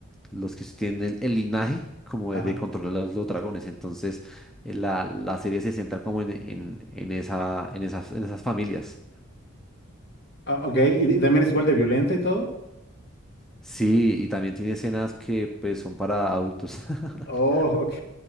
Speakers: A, in the centre; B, on the left.
A: los que tienen el linaje como
B: Ajá.
A: de, de controlar los, los dragones, entonces eh, la, la serie se centra como en, en, en esa, en esas, en esas familias.
B: Ah, ok, ¿Y, y también es igual de violenta y todo?
A: Sí, y también tiene escenas que pues son para adultos. <laughs>
B: Oh, ok.